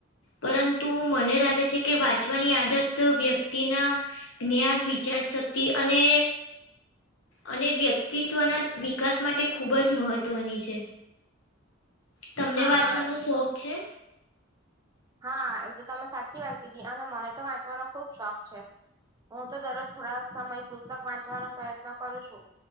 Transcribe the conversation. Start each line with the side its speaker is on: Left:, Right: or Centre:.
Left: પરંતુ મને લાગે છે કે વાંચવાની આદત વ્યક્તિના જ્ઞાન વિચાર શક્તિ અને અને વ્યક્તિત્વના વિકાસ માટે ખૂબ જ મહત્વની છે. તમને
Right: હા
Left: વાંચવાનો શોખ છે.
Right: હા એ તો તમે સાચી વાત કીધી અને મને તો વાંચવાનો ખુબ શોખ છે. હું તો દરરોજ થોડા સમય પુસ્તક વાંચવાન પ્રયત્ન કરું છુ.